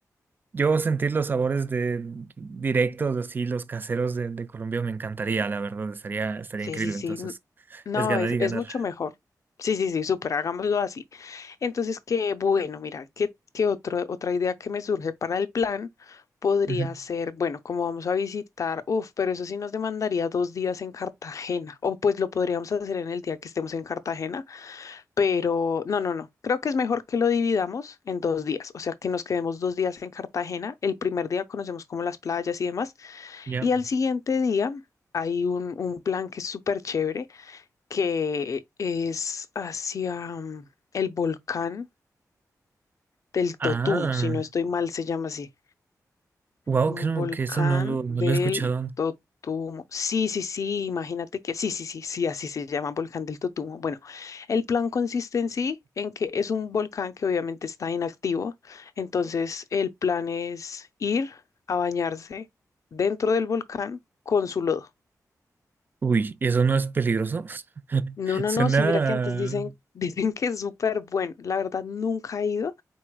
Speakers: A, on the right (about 30°); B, on the left (about 55°).
A: yo sentir los sabores de directos, así, los caseros de, de Colombia me encantaría, la verdad, estaría, estaría
B: Sí,
A: increíble.
B: sí, sí.
A: Entonces,
B: n- No,
A: es ganar
B: es,
A: y ganar.
B: es mucho mejor. Sí, sí, sí, súper, hagámoslo así. Entonces, qué bueno, mira, qué, qué otro, otra idea que me surge para el plan podría
A: Ujú.
B: ser, bueno, como vamos a visitar, uf, pero eso sí nos demandaría dos días en Cartagena, o pues lo podríamos hacer en el día que estemos en Cartagena, pero no, no, no, creo que es mejor que lo dividamos en dos días, o sea, que nos quedemos dos días en Cartagena, el primer día conocemos como las playas y demás,
A: Ya.
B: y al siguiente día... Hay un, un plan que es súper chévere, que es hacia mm, el volcán del Totumo,
A: Ah,
B: si no estoy mal, se llama así.
A: wow,
B: Un
A: creo
B: volcán
A: que eso no lo, no
B: del
A: lo he escuchado.
B: Totumo. Sí, sí, sí, imagínate que sí, sí, sí, sí, así se llama volcán del Totumo. Bueno, el plan consiste en sí, en que es un volcán que obviamente está inactivo, entonces el plan es ir a bañarse dentro del volcán con su lodo.
A: Uy, ¿eso no es peligroso? <laughs>
B: No, no,
A: Suena...
B: no, sí, mira que antes dicen, <laughs> dicen que es súper bueno. La verdad, nunca he ido,